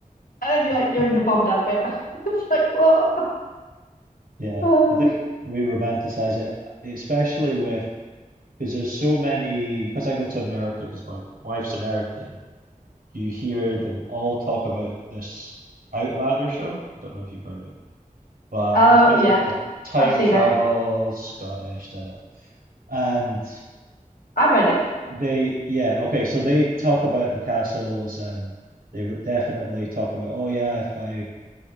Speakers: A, on the left; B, on the right.
A: And then you're like,
B: <laughs>
A: you're in the bombed out bit. <laughs> It's like what?
B: Yeah,
A: <sighs> Oh,
B: I think we romanticize it, especially with Because there's so many, because I go to America because my wife's American, you hear them all talk about this Outlander show. I don't know if you've heard of it, but
A: Oh,
B: it's basically
A: yeah,
B: a time
A: I've seen
B: travel
A: it.
B: Scottish, da da. And
A: I read it,
B: they, yeah, okay, so they talk about the castles and they were definitely talk about, oh yeah, if I were